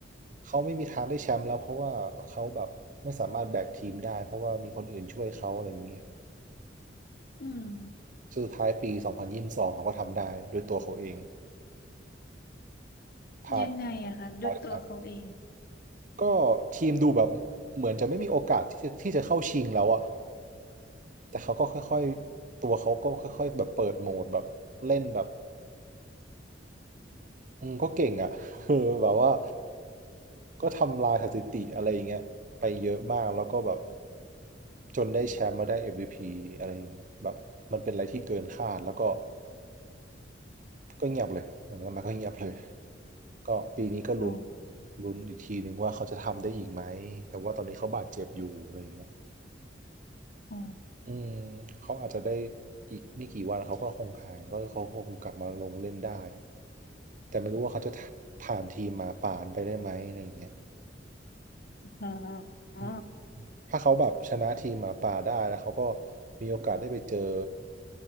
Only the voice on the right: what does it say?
เขาไม่มีทางได้แชมป์แล้วเพราะว่าเขาแบบไม่สามารถแบกทีมได้เพราะว่ามีคนอื่นช่วยเขาอะไรอย่างเงี้ย
สุดท้ายปี2022เขาก็ทำได้ด้วยตัวเขาเองพาด
พาดไก็ทีมดูแบบเหมือนจะไม่มีโอกาสที่จะที่จะเข้าชิงแล้วอะแต่เขาก็ค่อยๆตัวเขาก็ค่อยๆแบบเปิดโหมดแบบเล่นแบบอืมก็เก่งอะ <laughs> เออแบบว่าก็ทำลายสถิติอะไรอย่างเงี้ยไปเยอะมากแล้วก็แบบจนได้แชมป์มาได้เอ็มวีพีอะไรอย่างเงี้ยแบบมันเป็นอะไรที่เกินคาดแล้วก็ก็เงียบเลยผมว่ามันก็เงียบเลยก็ปีนี้ก็ลุ้น
ลุ้นอีกทีหนึ่งว่าเขาจะทำได้อีกไหมแต่ว่าตอนนี้เขาบาดเจ็บอยู่อะไรอย่างเงี้ย
อืมเขาอาจจะได้อีกไม่กี่วันเขาก็คงหายก็เขาคงกลับมาลงเล่นได้แต่ไม่รู้ว่าเขาจะผ่านทีมหมาป่านไปได้ไหมอะไรอย่างเงี้ย
อื ถ้าเขาแบบชนะทีมหมาป่าได้แล้วเขาก็มีโอกาสได้ไปเจอ